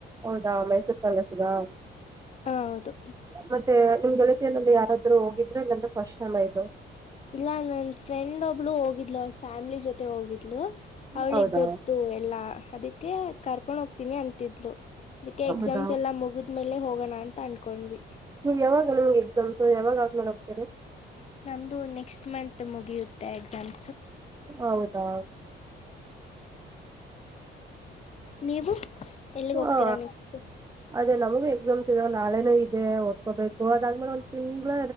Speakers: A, on the right; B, on the left.
A: ಹೌದಾ ಮೈಸೂರ್ ಪ್ಯಾಲೇಸ್ ಗಾ.
B: ಹಾ ಹೌದು.
A: ಮತ್ತೆ ನಿಮ ಗೆಳತಿಯಲ್ಲಿ ಯಾರಾದ್ರು ಹೋಗಿದ್ರೆ ಇಲ್ಲಂದ್ರೆ ಫಸ್ಟ್ ಟೈಮ ಇದು.
B: ಇಲ್ಲ ನನ್ ಫ್ರೆಂಡ ಒಬ್ಳು ಹೋಗಿದ್ಲು. ಅವ್ರ ಫ್ಯಾಮಿಲಿ ಜೊತೆ ಹೋಗಿದ್ಲು ಅವ್ಳಿಗೆ
A: ಹೌದಾ
B: ಗೊತ್ತ. ಗೊತ್ತು ಎಲ್ಲಾ ಅದಕ್ಕೆ ಕರ್ಕೊಂಡ ಹೋಗ್ತೀನಿ ಅಂತಿದ್ಲು ಅದಕ್ಕೆ
A: ಹೌದಾ
B: ಎಕ್ಸಾಮ್ಸ್ ಎಲ್ಲ ಮುಗ. ಮೇಲೆ ಹೋಗೋಣ ಅಂತ ಅಂದ್ಕೊಂಡ್ವಿ.
A: ಯಾವಾಗ ನಮ್ಗೆ ಎಕ್ಸಾಮ್ಸ್ ಯಾವಾಗ ಆದ್ಮೇಲೆ ಹೋಗ್ತೀರಿ.
B: ನಮ್ದು ನೆಕ್ಸ್ಟ್ ಮಂತ ಮುಗಿಯುತ್ತೆ ಎಕ್ಸಾಮ್.
A: ಹೌದಾ.
B: ನೀವು?. ಎಲ್ಲಿಗ್ ಹೋಗ್ತೀರಾ
A: ಹಾ.
B: ನೆಕ್ಸ್ಟ್
A: ಅದೇ ನಮಗೂ ಎಕ್ಸಾಮ್ಸ್ ಇದಾವ ನಾಳೆನು ಇದೆ ಓದ್ಕೋಬೇಕು ಅದಾದ್ಮೇಲೆ ಒಂದ ತಿಂಗಳ.